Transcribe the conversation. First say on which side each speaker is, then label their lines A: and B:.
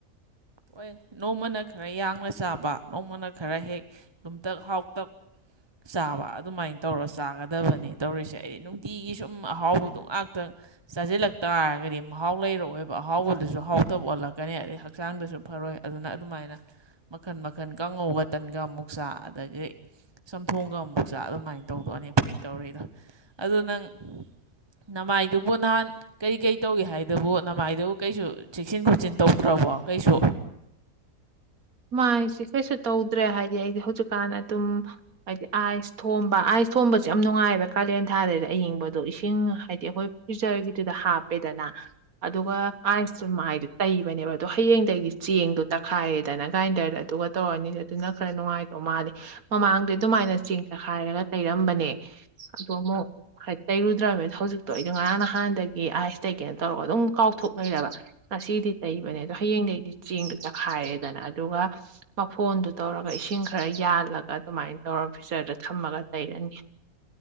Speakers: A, on the right; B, on the right.
A: ꯑꯣꯏ ꯅꯣꯡꯃꯅ ꯈꯔ ꯌꯥꯡꯅ ꯆꯥꯕ ꯅꯣꯡꯃꯅ ꯈꯔ ꯍꯦꯛ ꯂꯨꯝꯇꯛ ꯍꯥꯎꯇꯛ ꯆꯥꯕ ꯑꯗꯨꯃꯥꯏꯅ ꯇꯧꯔ ꯆꯥꯒꯗꯕꯅꯤ ꯇꯧꯔꯤꯁꯦ ꯑꯩꯗꯤ ꯅꯨꯡꯇꯤꯒꯤ ꯁꯨꯝ ꯑꯍꯥꯎꯕꯗꯣ ꯉꯥꯛꯇꯪ ꯆꯥꯁꯤꯜꯂꯛ ꯇꯥꯔꯒꯗꯤ ꯃꯍꯥꯎ ꯂꯩꯔꯛꯑꯣꯏꯕ ꯑꯍꯥꯎꯕꯗꯨꯁꯨ ꯍꯥꯎꯇꯕ ꯑꯣꯜꯂꯛꯀꯅꯤ ꯑꯗꯩ ꯍꯛꯆꯥꯡꯗꯁꯨ ꯐꯔꯣꯏ ꯑꯗꯨꯅ ꯑꯗꯨꯃꯥꯏꯅ ꯃꯈꯟ ꯃꯈꯟ ꯀꯥꯡꯉꯧꯒ ꯇꯟꯒ ꯑꯃꯨꯛ ꯆꯥ ꯑꯗꯒꯤ ꯊꯣꯡꯒ ꯑꯃꯨꯛ ꯆꯥ ꯑꯗꯨꯃꯥꯏꯅ ꯇꯧꯗꯣꯛꯑꯅꯤ ꯐꯩ ꯇꯧꯔꯤꯗ ꯑꯗꯨꯗ ꯅꯪ ꯅꯃꯥꯏꯗꯨꯕꯨ ꯅꯍꯥꯟ ꯀꯔꯤ ꯀꯔꯤ ꯇꯧꯏ ꯍꯥꯏꯗꯨꯕꯨ ꯅꯃꯥꯏꯗꯨꯕꯨ ꯀꯩꯁꯨ ꯆꯦꯛꯁꯤꯟ ꯈꯣꯠꯆꯤꯟ ꯇꯧꯗ꯭ꯔꯕ ꯀ ꯀꯩꯁꯨ
B: ꯃꯥꯏꯁꯤ ꯀꯩꯁꯨ ꯇꯧꯗ꯭ꯔꯦ ꯍꯥꯏꯗꯤ ꯑꯩꯗꯤ ꯍꯧꯖꯤꯛꯀꯥꯟ ꯑꯗꯨꯝ ꯍꯥꯏꯗꯤ ꯑꯥꯏꯁ ꯊꯣꯝꯕ ꯑꯥꯏꯁ ꯏꯁ ꯊꯣꯟꯕꯁꯦ ꯌꯥꯝ ꯅꯨꯡꯉꯥꯏꯕ ꯀꯥꯂꯦꯟ ꯊꯥꯗꯩꯗ ꯑꯌꯤꯡꯕꯗꯣ ꯏꯁꯤꯡ ꯍꯥꯏꯗꯤ ꯑꯩꯈꯣꯏ ꯐꯤꯜꯖꯔꯒꯤꯗꯨꯗ ꯍꯥꯞꯄꯦꯗꯅ ꯑꯗꯨꯒ ꯑꯥꯏꯁꯇꯨ ꯃꯥꯏꯗꯨ ꯇꯩꯕꯅꯦꯕ ꯑꯗꯣ ꯍꯌꯦꯡꯗꯒꯤꯗꯤ ꯆꯦꯡꯗꯣ ꯇꯛꯈꯥꯏꯔꯦꯗꯅꯪ ꯒ꯭ꯔꯥꯏꯟꯗꯔꯗ ꯑꯗꯨꯒ ꯇꯧꯔꯅꯤ ꯑꯗꯨꯅ ꯈꯔ ꯅꯨꯡꯉꯥꯏꯗꯧ ꯃꯥꯜꯂꯦ ꯃꯃꯥꯡꯗ ꯑꯗꯨꯃꯥꯏꯅ ꯆꯦꯡ ꯆꯈꯥꯏꯔꯒ ꯇꯩꯔ <unintelligible> ꯇꯝꯕꯅꯦ ꯑꯣ ꯑꯃꯨꯛ ꯇꯩꯔꯨꯗ꯭ꯔꯕꯅ ꯍꯧꯖꯤꯛꯇꯣ ꯑꯩꯗꯣ ꯉꯔꯥꯡ ꯅꯍꯥꯟꯗꯒꯤ ꯑꯥꯏꯁꯇꯩ ꯀꯩꯅꯣ ꯇꯧꯔꯒ ꯑꯗꯨꯝ ꯀꯥꯎꯊꯣꯛ ꯂꯩꯔꯕ ꯉꯁꯤꯗꯤ ꯇꯩꯕꯅꯦ ꯑꯗꯣ ꯍꯌꯦꯡꯗꯩꯗꯤ ꯆꯦꯡꯗꯣ ꯇꯈꯥꯏꯔꯦꯗꯅ ꯑꯗꯨꯒ ꯃꯐꯣꯟꯗꯨ ꯇꯧꯔꯒ ꯏꯁꯤꯡ ꯈꯔ ꯌꯥꯜꯂꯒ ꯑꯗꯨꯃꯥꯏꯅ ꯇꯧꯔ ꯐꯤꯆꯔꯗ ꯊꯝꯃꯒ ꯇꯩꯔꯦ ꯑ